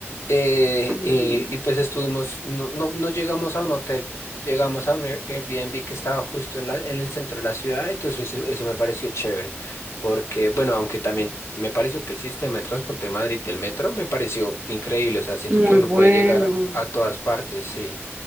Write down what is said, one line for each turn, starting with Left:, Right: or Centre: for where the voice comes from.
Left: Eh,
Right: Mm,
Left: eh, y pues estuvimos, no, no, no llegamos a un hotel, llegamos a un Air- Airbnb que estaba justo en la, en el centro de la ciudad, entonces eso, eso me pareció chévere, porque bueno, aunque también me pareció que el sistema de transporte de Madrid del metro me pareció increíble, o sea, siento
Right: muy
Left: que uno
Right: bueno.
Left: puede llegar a todas partes, sí,